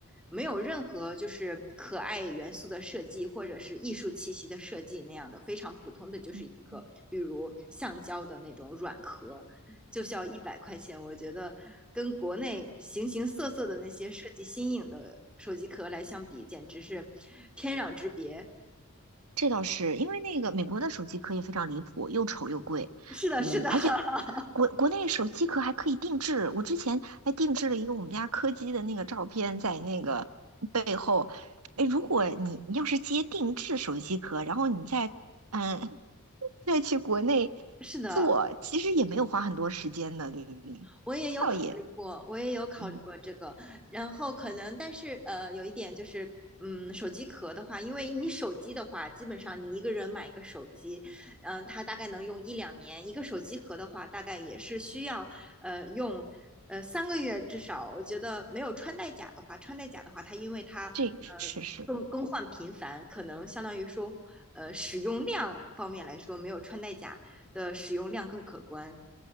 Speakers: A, in the centre; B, on the right (about 85°).
A: 没有任何就是可爱元素的设计或者是艺术气息的设计那样的，非常普通的就是一个比如橡胶的那种软壳。
B: 嗯
A: 就需要一百块钱，我觉得跟国内形形色色的那些设计新颖的手机壳来相比，简直是天壤之别。
B: 这倒是因为那个美国的手机壳也非常离谱，又丑又贵，
A: 是的，
B: 嗯，
A: 是的，
B: 而且
A: <laughs>
B: 国国内手机壳还可以定制，我之前还定制了一个我们家柯基的那个照片在那个背后，哎，如果你你要是接定制手机壳，然后你再嗯再去国内
A: 是的，
B: 做，其实也没有花很多时间的，对不对？
A: 我也有考虑过，
B: 倒也
A: 我也有考虑过这个，
B: 嗯，
A: 然后可能，但是呃，有一点就是，嗯，手机壳的话，因为你手机的话，基本上你一个人买一个手机，嗯、它大概能用一两年，一个手机壳的话，大概也是需要呃用呃三个月至少。我觉得没有穿戴甲的话，穿戴甲的话，它因为它呃更更换频繁，
B: 这个是是。
A: 可能相当于说呃使用量方面来说，没有穿戴甲的使用量更可观。